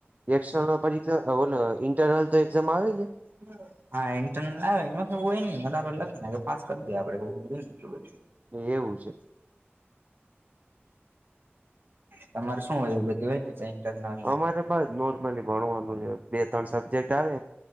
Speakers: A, on the right (about 35°); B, on the right (about 55°).
A: એર્નલ પરીક્ષા બોલો ઇન્ટરનલ તો એક્ઝામ આવે છે.
B: હમ હા એન્ટન આપડે લખ પાસ કરી દઈએ આપડે-
A: એવું છે.
B: તમારે શું આવયું ગતિ ભાઈ- ઇન્ટર-
A: અમારે બ નોર્મલી ભણવાનું છે. બે ત્રણ સબ્જેક્ટ આવે-